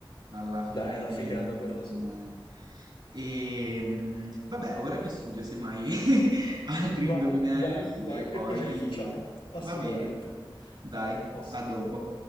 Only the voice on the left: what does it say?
Dai, è una
figata però su.
Vai,
vai, vai,
e poi ce li facciamo. Assolutamente.
Posto.